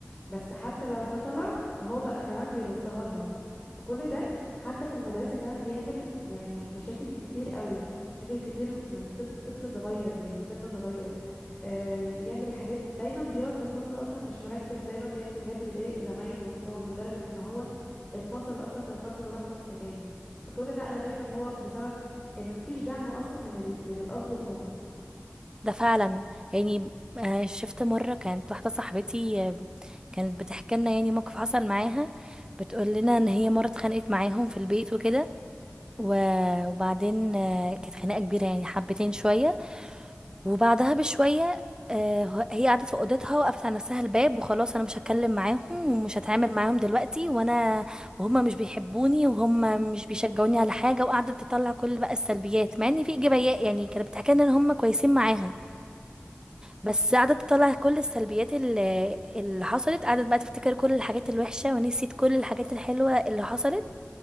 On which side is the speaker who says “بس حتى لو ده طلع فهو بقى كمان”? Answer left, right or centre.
Left